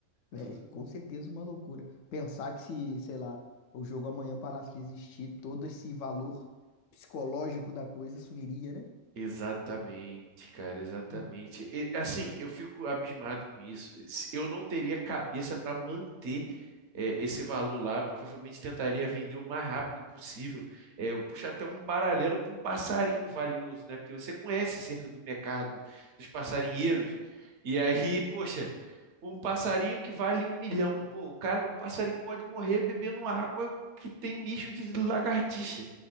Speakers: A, on the left; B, on the right.
A: É,
B: Tudo
A: com certeza uma loucura. Pensar que se, sei lá, o jogo amanhã parasse de existir, todo esse valor psicológico da coisa sumiria, né?
B: Exatamente, cara, exatamente.
A: Hum,
B: E, assim, eu fico abismado com isso. Se Eu não teria cabeça para manter eh, esse valor lá. Eu provavelmente tentaria vender o mais rápido possível. Eh, eu puxo até um paralelo para um passarinho valioso, né? Porque você conhece cerca do mercado dos passarinheiros. E aí, poxa, um passarinho que vale um milhão. Pô, o cara, o passarinho pode morrer bebendo água que tem mijo de lagartixa.